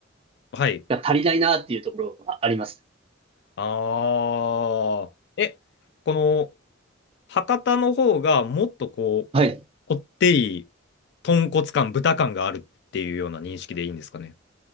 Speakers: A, on the left; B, on the right.
A: はい。
B: が足りないなっていうところがあります。
A: ああ。え、この博多の方がもっとこう、
B: はい。
A: こってり、豚骨感、豚感があるっていうような認識でいいんですかね。